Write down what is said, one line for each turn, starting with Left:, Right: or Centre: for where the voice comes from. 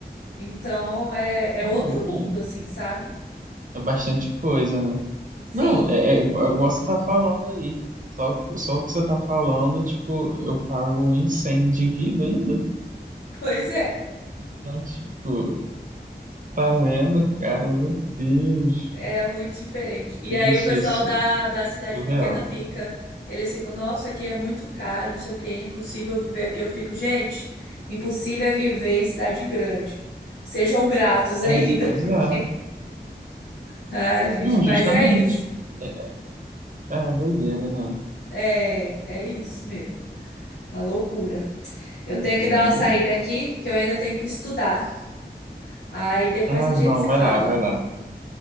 Left: Então é, é
Right: Ô,
Left: outro
Right: louco,
Left: mundo,
Right: gente.
Left: assim, sabe?
Right: É bastante coisa, né?
Left: Sim,
Right: Não, é, é igual é igual você tá falando aí. Só, só o que você tá falando, tipo, eu pago um incêndio de vida ainda.
Left: <laughs> pois é.
Right: Então, tipo, tá vendo, cara? Meu Deus,
Left: É muito diferente. E
Right: gente,
Left: aí o pessoal
Right: isso
Left: da, da cidade
Right: é surreal.
Left: pequena fica. Eles ficam, nossa, aqui é muito caro, não sei o quê, é impossível viver aqui. Eu fico, gente, impossível é viver em cidade grande. Sejam gratos ainda.
Right: É, pois
Left: <laughs>
Right: é.
Left: Ai, gente,
Right: Não,
Left: mas
Right: justamente.
Left: é isso.
Right: É, é doideira, né?
Left: É, é isso mesmo. A loucura. Eu
Right: Hum.
Left: tenho que dar uma saída aqui, que eu ainda tenho que estudar. Aí depois
Right: Ah,
Left: a gente
Right: não,
Left: se
Right: vai
Left: fala.
Right: lá, vai lá.